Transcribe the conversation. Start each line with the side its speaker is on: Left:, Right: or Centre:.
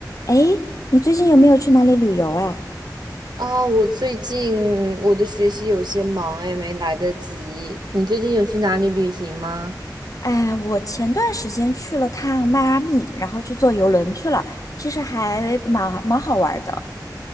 Left: 诶，你最近有没有去哪里旅游啊？
Right: 啊，我最近我的学习有些忙哎，没来得及。你最近有去哪里旅行吗？
Left: 哎，我前段时间去了趟迈阿密，然后去坐游轮去了，其实还蛮蛮好玩儿的。